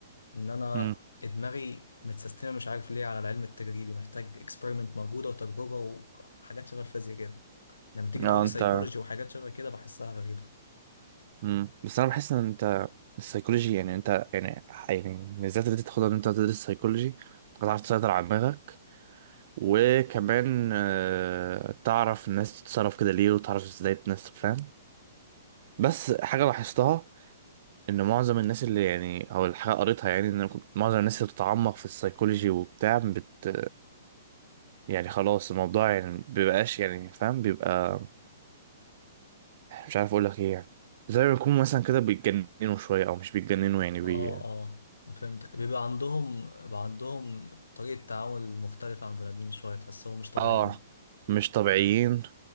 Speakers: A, on the left; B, on the right.
A: ان انا
B: امم
A: دماغي متسيستمه مش عارف ليه على العلم التجريبي محتاج اكسبيرمنت موجوده وتجربه وحاجات شبه الفيزياء كده لما تيجي
B: يا
A: تقول لي
B: انت
A: سايكولوجي وحاجات شبه كده بحسها غريبه
B: مم. بس انا بحس ان انت السيكولوجي يعني انت يعني يعني بالذات اللي انت تاخدها ان انت تدرس سيكولوجي هتعرف تسيطر على دماغك وكمان آه، تعرف الناس تتصرف كده ليه وتعرف ازاي الناس تفهم بس حاجة لاحظتها ان معظم الناس اللي يعني او الحاجة قريتها يعني ان معظم الناس اللي بتتعمق في السيكولوجي وبتاع بت يعني خلاص الموضوع يعني بيبقاش يعني فاهم بيبقى مش عارف اقول لك ايه يعني زي ما يكون مثلا كده بيتجننوا شوية او مش بيتجننوا يعني بي
A: اه اه فهمتك بيبقى عندهم بيبقى عندهم طريقه تعامل مختلفه عن بني ادمين شويه تحسهم مش طبيعيين
B: اه مش طبيعيين